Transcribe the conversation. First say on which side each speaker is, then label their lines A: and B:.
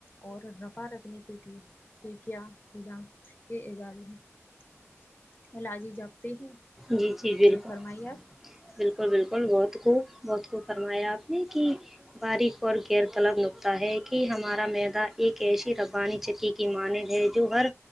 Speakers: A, on the left; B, in the centre.
A: اور روا رکھنے کے لیے کہ کیا <unintelligible> الاجی جپتی ہیں
B: جی جی بالکل
A: فرمائیے آپ
B: بالکل بالکل بہت خوب بہت خوب فرمایا آپ نے کی باریک اور غیر طلب نکتا ہے کہ ہمارا میدا ایک ایسی ربانی چتی کی ماند ہے جو ہر